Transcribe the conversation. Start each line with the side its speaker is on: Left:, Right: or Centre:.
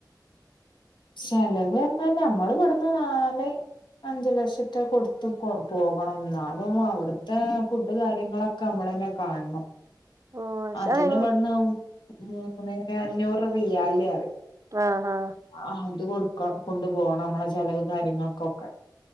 Left: ചെലവ് എന്നാല് നമ്മള് ഇവിടന്ന് നാല് അഞ്ചു ലക്ഷന്റെ കൊടുത്ത് പോകണം. എന്നാലും അവിടുത്തെ ഫുഡ് കാര്യങ്ങളൊക്കെ നമ്മ ളന്നെ കാണണം.
Right: ഓഹ് പക്ഷെ
Left: അതിന്
Right: അതെങ്ങ്
Left: വണ്ണം മൂന്നേ അഞ്ഞൂറ് റിയാല് അറിം.
Right: ആഹ് ഹാ
Left: ആഹ് അത് കൊടുക്ക കൊണ്ടു പോണം നമ്മളെ ചെലവ് കാര്യങ്ങൾക്കൊക്കെ.